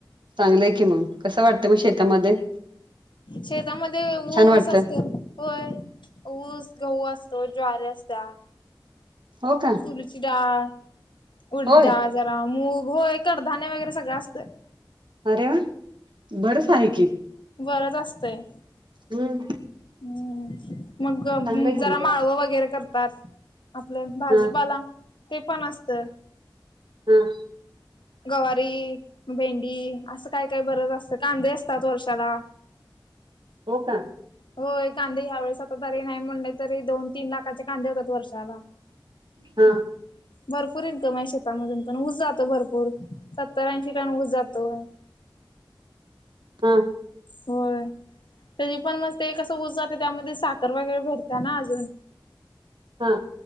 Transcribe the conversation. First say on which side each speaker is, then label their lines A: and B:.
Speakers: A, on the right; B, on the left.
A: चांगलंय की, मग कसं वाटतं मग शेता मध्ये?
B: शेतामध्ये ऊस
A: वाटतं
B: असतो. होय, ऊस गहू असतो ज्वारी असत्या.
A: हो का.
B: तुरीची डाळ, उडीद
A: होय
B: डाळ जरा मूग होय कडधान्यं वगैरे सगळं असतयं.
A: अरे वा! बरचं आहे की.
B: बरचं असतेय.
A: हम्म,
B: हम्म, मग
A: चांगलंय
B: जरा
A: की
B: माळव वगैरे करतात. आपलं भाजीपाला
A: हा
B: ते पण असत.
A: ह.
B: गवारी भेंडी असं काय काय बरच असतं, कांदे असतात वर्षाला.
A: हो का
B: होय, कांदे ह्या वेळेस आता तरी नाही म्हणल तरी, दोन तीन लाखाचे कांदे होतात वर्षाला.
A: हा
B: भरपूर इन्कम आहे, शेतामधून पण ऊस जातो भरपूर सत्तर ऐंशी टन ऊस जातोय.
A: हा.
B: होय. त्याची पण मस्त हे कसं ऊज जातो, त्यामध्ये साखर वगैरे भरते ना अजून.
A: हा.